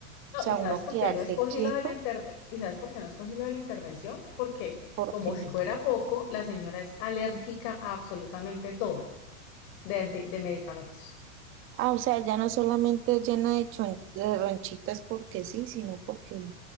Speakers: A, on the left; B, on the right.
A: no,
B: O sea,
A: ¿y sabes
B: uno
A: por
B: quedarse
A: qué no escogí
B: quieto
A: lo de la intervención? ¿Y sabes por qué no escogí lo de la intervención? Porque
B: porque
A: como si fuera poco, la señora es alérgica a absolutamente todo de, anti- de medicamentos,
B: Ah, o sea, ya no solamente es llena de, chon- de ronchitas porque sí, sino porque